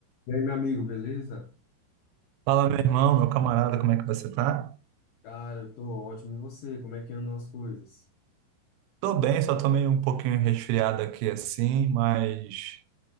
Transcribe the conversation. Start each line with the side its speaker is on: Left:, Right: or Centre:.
Left: E aí, meu amigo, beleza?
Right: Fala, meu irmão, meu camarada, como é que você tá?
Left: Cara, eu tô ótimo. E você? Como é que andam as coisas?
Right: Tô bem, só tô meio um pouquinho resfriado aqui assim, mas